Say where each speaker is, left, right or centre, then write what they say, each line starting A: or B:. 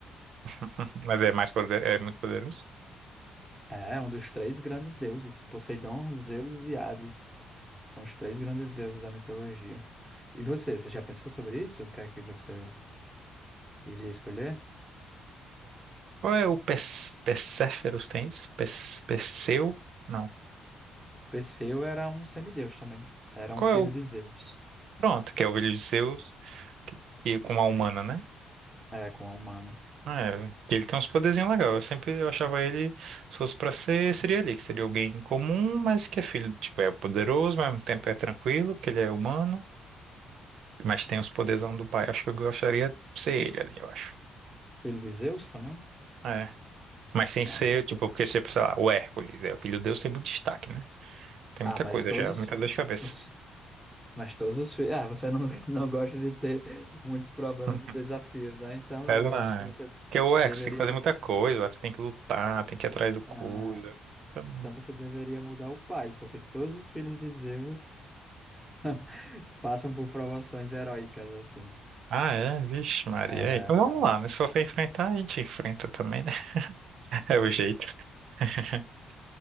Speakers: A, on the right; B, in the centre.
A: <laughs> Mas é mais poder, é muito poderoso.
B: É, um dos três grandes deuses, Poseidon, Zeus e Hades. São os três grandes deuses da mitologia. E você, você já pensou sobre isso? O que é que você iria escolher?
A: Qual é o Pes- Perséferos tem isso? Pes- Perseu? Não.
B: Perseu era um semideus também. Era
A: Qual
B: um filho
A: é o...
B: de Zeus.
A: Pronto, que é o filho de Zeus, que, que com uma humana, né?
B: É, com a humana.
A: Ah, É, ele tem uns poderzinhos legais. Eu sempre eu achava ele, se fosse pra ser, seria ali, que seria alguém comum, mas que é filho, tipo, é poderoso, mas ao mesmo tempo é tranquilo, que ele é humano. Mas tem os poderzão do pai. Acho que eu gostaria de ser ele ali, eu acho.
B: Filho de Zeus também?
A: É. Mas sem
B: É,
A: ser,
B: então.
A: tipo, porque, tipo, sei lá, o Hércules, é o filho de Deus, tem muito destaque, né? Tem
B: Ah,
A: muita
B: mas
A: coisa
B: todos
A: já,
B: os.
A: muita dor de cabeça.
B: os- mas todos os filhos. Ah, você não, <laughs> não gosta de ter muitos problemas
A: Hum.
B: e desafios, né? Então
A: É, não
B: eu
A: é.
B: acho que você
A: Porque o Hércules
B: deveria.
A: tem que fazer muita coisa, o Hércules tem que lutar, tem que ir atrás do coisa.
B: ah,
A: Então-
B: Então você deveria mudar o pai, porque todos os filhos de Zeus são- <laughs> passam por provações heróicas assim.
A: Ah, é? Vixe, Maria.
B: É,
A: É, Então vamos
B: cara.
A: lá, né? Se for pra enfrentar, a gente enfrenta também, né? <laughs> É o jeito. <laughs>